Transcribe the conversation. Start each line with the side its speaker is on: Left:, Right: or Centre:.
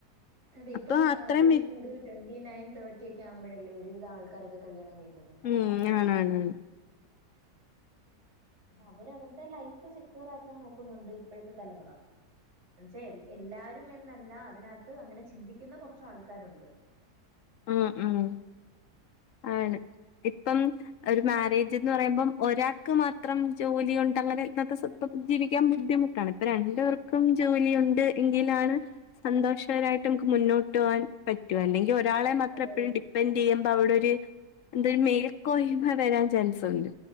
Right: അതെ ഇപ്പം
Left: അപ്പൊ അത്രയും
Right: അത്യാവശ്യം
Left: മെ
Right: ഒരു ടെൻ- ഈ നയൻ, തേട്ടി കെ ആകുമ്പോഴല്ലേ ഒരുവിധ ആൾക്കാരൊക്കെ കല്യാണം കഴിക്കിന്നെ,
Left: ഉം ആണ് ആണ്...
Right: അവരവര്ടെ ലൈഫ് സെക്യൂറ ആക്കാൻ നോക്കുന്നുണ്ട് ഇപ്പഴ്ത്തെ തലമുറ. എന്നൊച്ച എല്ലാരും എന്നല്ല- അതിനകത്ത് അങ്ങനെ- ചിന്തിക്കുന്ന കുറച്ച ആൾക്കാരുണ്ട്.
Left: ഉം ഉം... ആണ് ഇപ്പം, ഒരു മാരേജ് എന്ന് പറയുമ്പം, ഒരാൾക്ക് മാത്രം ജോലി ഉണ്ടെന്ന് അങ്ങനെ ഇന്ന- ഇപ്പം ജീവിക്കാൻ ബുദ്ധിമുട്ടാണ്, ഇപ്പോ രണ്ടപേർക്കും ജോലി ഉണ്ട് എങ്കിലാണ്, സന്തോഷകരായിട്ട് നമുക്ക് മുന്നോട്ട് പോകവാൻ പറ്റും, അല്ലെങ്കിൽ ഒരാളെ മാത്രം
Right: അതെ
Left: എപ്പോഴും
Right: അതെ
Left: ഡിപ്പെൻഡ് ചെയ്യുമ്പോൾ അവിടെ- എന്ത മേൽക്കോഹിമ വരാൻ ചാൻസുണ്ട്.